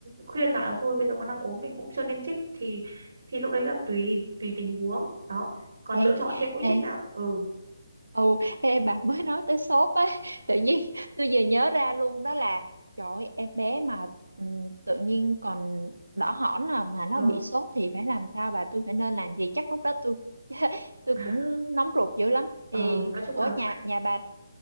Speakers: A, on the right (about 60°); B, on the right (about 80°).
A: khuyên là "Ờ, thôi bây giờ con đang ốm mình cũng chưa nên trích thì thì lúc đấy là tùy tùy tình huống đó còn lựa
B: ê
A: chọn cái mũi trích
B: ê
A: nào ừ
B: ồ ê bà mới nói tới sốt á tự nhiên tôi vừa nhớ ra luôn đó là trời ơi, em bé mà ừm, tự nhiên còn đỏ hỏn à, mà nó
A: ờ
B: bị sốt thì phải làm sao bà tôi phải nên làm gì chắc lúc đó tôi <laughs> tôi
A: <laughs>
B: cũng nóng ruột dữ lắm
A: ờ,
B: thì
A: nói chung
B: ủa
A: là
B: nhà nhà bà